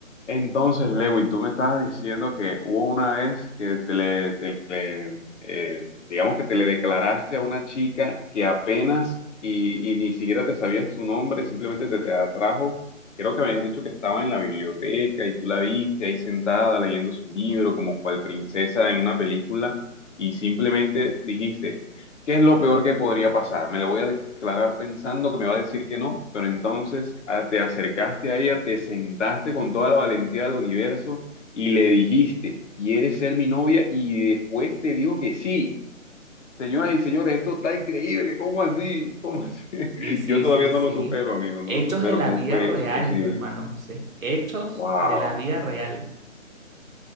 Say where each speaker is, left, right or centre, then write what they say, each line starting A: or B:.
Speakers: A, on the left; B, on the right.
A: Entonces, Lewin, tú me estabas diciendo que hubo una vez que te le, te le, eh, digamos que te le declaraste a una chica que apenas y, y ni siquiera te sabías su nombre, simplemente te, te atrajo. Creo que me habías dicho que estaba en la biblioteca y tú la viste ahí sentada leyendo su libro como cual princesa en una película y simplemente dijiste, ¿Qué es lo peor que podría pasar? Me le voy a declarar pensando que me va a decir que no, pero entonces ah, te acercaste a ella, te sentaste con toda la valentía del universo y le dijiste, ¿quieres ser mi novia? Y después te dijo que sí. Señoras y señores, esto está increíble, ¿cómo así? ¿Cómo así? <laughs>
B: Sí, sí,
A: Yo todavía
B: sí,
A: no
B: sí.
A: lo supero, amigo, no
B: Hechos
A: lo supero.
B: de la
A: ¿Cómo
B: vida
A: fue
B: real,
A: eso posible?
B: mi hermano José. Hechos
A: Wow,
B: de la vida real.